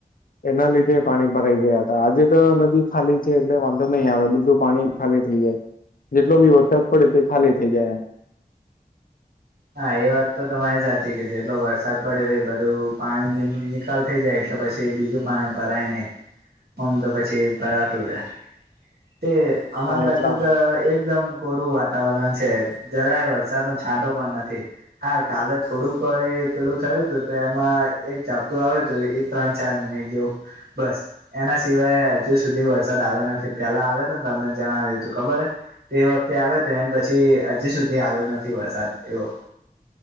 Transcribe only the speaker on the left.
એના લીધે પાણી ભરાઈ ગયા હતા. આજે તો નદી ખાલી છે, ટલે વાંધો નહી આવે બધું પાણી ખાલી થઈ જાય. જેટલો બી વરસાદ પડે તે ખાલી થઈ જાય એમ
હમ.
હા
એટલા